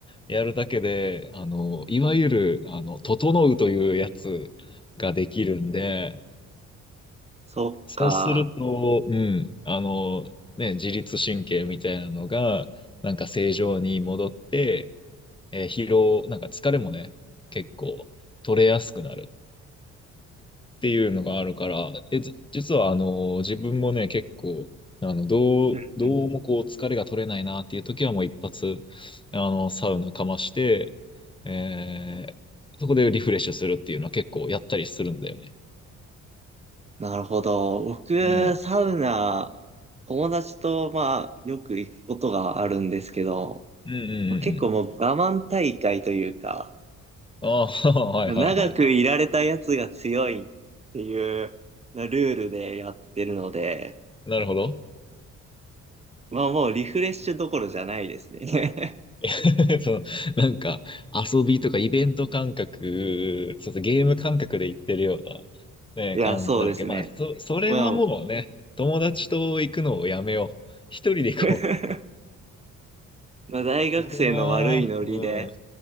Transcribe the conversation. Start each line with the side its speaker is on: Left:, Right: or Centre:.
Left: やるだけで、あの、いわゆる、あの、整うというやつができるんで、
Right: そっか。
Left: そうすると、うん、あの、ね、自律神経みたいなのが、なんか正常に戻って、えー疲労、なんか疲れもね、結構取れやすくなる。っていうのがあるから、え、じ実はあの、自分もね、結構、あの、どう、
Right: うんうん。
Left: どうもこう、疲れが取れないなっていう時はもう一発、あの、サウナかまして、えーそこでリフレッシュするっていうのは結構やったりするんだよね。
Right: なるほど。僕、
Left: うん。
Right: サウナ、友達と、まあ、よく行くことがあるんですけど、
Left: うんうんうんうん。
Right: 結構もう我慢大会というか、
Left: ああ、<laughs> はいはいはいはい。
Right: 長くいられたやつが強いっていうルールでやってるので、
Left: なるほど。
Right: まあもうリフレッシュどころじゃないですね。
Left: <laughs> そう、なんか遊びとかイベント感覚、そうそう、ゲーム感覚で行ってるよう
Right: <laughs>
Left: な、ね、
Right: いや、
Left: 感じだろうけど、
Right: そうですね。
Left: まあ、そ、それはもうね、
Right: まあ、
Left: 友達と行くのをやめよう。一人で行こう。
Right: <laughs> まあ、大学生の悪いノリで、
Left: それは、うん、